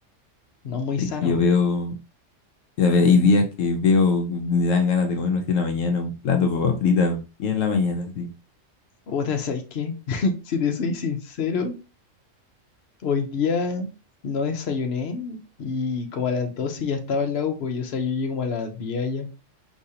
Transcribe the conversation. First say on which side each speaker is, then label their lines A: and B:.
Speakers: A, on the left (about 55°); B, on the left (about 80°).
A: no muy
B: Es
A: sano.
B: que yo veo, ya ve, hay días que veo, que me dan ganas de comerme así en la mañana, un plato de papas fritas, bien en la mañana, así.
A: po. Puta, ¿sabes qué? <laughs> Si te soy sincero, hoy día no desayuné y como a las 12 ya estaba en la U, pues, y, o sea, yo llegué como a las 10 allá